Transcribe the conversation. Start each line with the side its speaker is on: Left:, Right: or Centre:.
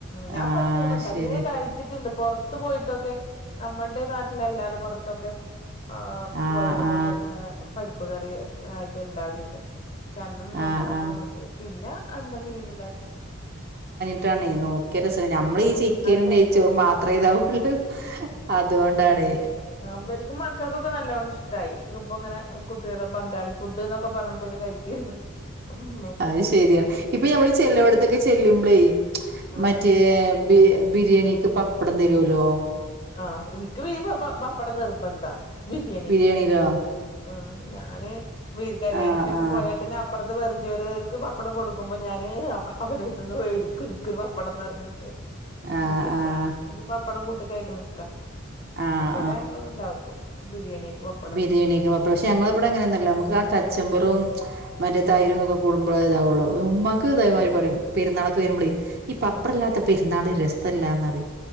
Left: ഞാൻ
Right: ആ
Left: ഫസ്റ്റ് ടൈം ഉണ്ടാക്കി
Right: ശരി
Left: ഇതരെ കഴിച്ചിട്ട് പുറത്ത് പോയിട്ടൊക്കെ നമ്മളുടെ നാട്ടിലല്ലാതെ പുറത്തൊക്കെ ആ
Right: ആ
Left: പോയലൊക്കെ
Right: ആ
Left: അങ്ങനെ പരിപ്പ് കറി ആയിട്ട് ഇണ്ടാവലുണ്ട് പക്ഷെ അന്നന്ന് ഞമ്മളത്ര
Right: ആ ആ
Left: നോക്കിയ പിന്നെ എന്താ മീൻ ഇണ്ടായിന്നു
Right: ട്ടാണേ നോക്കിയ രസ നമ്മളീഈ ചിക്കനും
Left: ടേസ്റ്റാണ്
Right: നെയ്ച്ചോറും മാത്രമേ ഇതാവുള്ളൂ അതുകൊണ്ടാണ്
Left: ഇവർക്കും മക്കൾക്കൊക്കെ നല്ലോണം ഇഷ്ടമായി ഇപ്പൊ ഇങ്ങനെ കുട്ടികള് ബംഗാളി ഫുഡ് എന്നൊക്കെ പറഞ്ഞിട്ട് കയിച്ചിരുന്നു ഉ
Right: അത് ശരിയാണ് ഇപ്പൊ നഞമ്മള് ചെല്ലവിടത്തൊക്കെ ചെല്ലുമ്പളേ
Left: ആഹ്
Right: മറ്റേ ബിരിയാണിക്ക് പപ്പടം തരുവല്ലോ
Left: ആഹ് എനിക്ക് വ പപ്പട നിർബന്ധാ ബിരിയാണിക്ക്
Right: ബിരിയാണിയിലോ
Left: ഉ ഞാന് കല്യാണത്തിനൊക്കെ
Right: ആഹ് ആഹ്
Left: പോയാൽ തന്നെ അപ്പറത്ത് വെറും ചോറാരാർക്കു പപ്പടം കൊടുക്കുമ്പോ ഞാൻ അവരു അടുത്ത് നിന്ന് മേടിക്കും എനിക്കൊരു പപ്പടം എന്ന് പറ ട്ട്
Right: ആഹ്
Left: എനിക്കിഷ്ടാ
Right: ആഹ്
Left: എനിക്ക് പപ്പടം കൂട്ടി കഴിക്കണ ഇഷ്ടാ
Right: ആഹ്
Left: ഇവിടെ ഞങ്ങള് ഇണ്ടാക്കും ബിരിയാണക്ക് പ
Right: ബിരിയാണി ഒക്കെ പക്ഷെ ഞങ്ങളെ ഇവിടെ അങ്ങനെയൊന്നുമല്ല നമുക്ക് കച്ചമ്പറും മറ്റേ തൈരുംക്കെ
Left: ആഹ്
Right: കൂടുമ്പോേ ഇതാവുള്ളൂ ഉമ്മാക്ക് ഇതേ മാതിരി പറയും പെരുന്നാളൊക്കെ വരുമ്പോഴേ ഈ പപ്പട
Left: ആഹ്
Right: ഇ പെരുന്നാൾ രസംല്ലാന്ന്റിയ